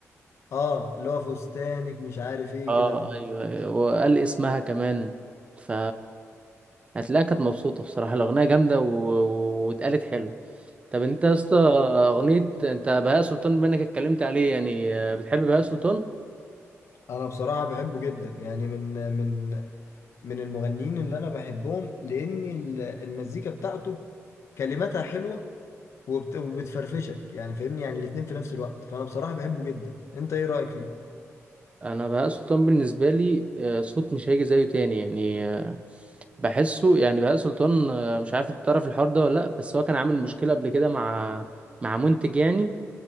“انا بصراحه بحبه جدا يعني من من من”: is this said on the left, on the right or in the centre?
Left